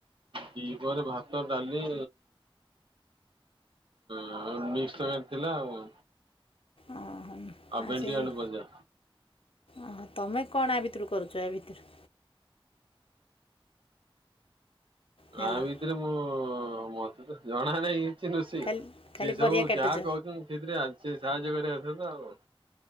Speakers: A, on the right (about 60°); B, on the left (about 75°).
A: ଦ୍ୱିପରେ ଭାତ ଡାଲି। ହଁ ମିକ୍ସ ତରକାରୀ ଥିଲା ଆଉ।
B: ଅହ ଆଉ
A: ଭେଣ୍ଡି
B: ସେଇ ଯଉ
A: ଆଳୁ ଭଜା।
B: ଓହୋ ତମେ କଣ ୟା ଭିତରୁ କରୁଛ ୟା ଭିତରୁ? ହ୍ୟାଲୋ
A: ୟା ଭିତରେ ମୁଁ ମତେ ତ ଜଣା ନାହିଁ। ସେ ନୋସେଇ
B: ଖାଲି ଖାଲି
A: ସେ
B: ପରିବା
A: ସବୁ
B: କାଟୁଛ
A: ଯାହା କହୁଛନ୍ତି ସେଇଥିରେ ସେ ସାହାଯ୍ୟ କରିବା ଅ ତ ଆଉ।